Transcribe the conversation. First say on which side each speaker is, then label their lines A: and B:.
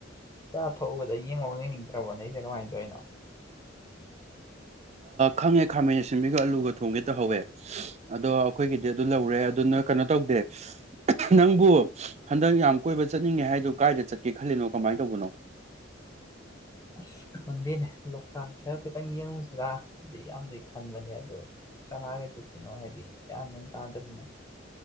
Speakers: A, on the left; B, on the right.
A: ꯆꯥ ꯊꯎꯕꯗ ꯌꯦꯡꯉꯧ ꯌꯦꯡꯅꯤꯡꯗ꯭ꯔꯕꯣ ꯅ ꯑꯩꯁꯦ ꯀꯃꯥꯏꯅ ꯇꯧꯔꯤꯅꯣ
B: ꯈꯪꯉꯦ ꯈꯥꯃꯦꯟ ꯁꯤꯟꯕꯤꯒ ꯑꯂꯨꯒ ꯊꯣꯡꯒꯦ ꯇꯧꯍꯧꯋꯦ ꯑꯗꯣ ꯑꯩꯈꯣꯏꯒꯤꯗꯤ ꯑꯗꯨ ꯂꯧꯔꯦ ꯑꯗꯨ ꯅ ꯀꯩꯅꯣ ꯇꯧꯗꯦ ꯅꯪꯕꯨ ꯍꯟꯗꯛ ꯌꯥꯝ ꯀꯣꯏꯕ ꯆꯠꯅꯤꯡꯉꯦ ꯍꯥꯏꯗꯨ ꯀꯥꯏꯗ ꯆꯠꯀꯦ ꯈꯜꯂꯤꯅꯣ ꯀꯃꯥꯏꯅ ꯇꯧꯕꯅꯣ
A: ꯑꯁ ꯈꯪꯗꯦꯅꯦ ꯂꯣꯛꯇꯥꯛꯁꯤ ꯍꯥꯢꯐꯦꯠꯇꯪ ꯌꯦꯡꯉꯨꯁꯤꯔꯥꯗꯤ ꯌꯥꯝꯗꯤ ꯈꯟꯕꯅꯦ ꯑꯗꯨꯗ ꯀꯅꯥꯒ ꯆꯠꯁꯤꯅꯣ ꯍꯥꯏꯗꯤ ꯌꯥꯝ ꯃꯦꯟ ꯇꯥꯗꯔꯤꯅꯦ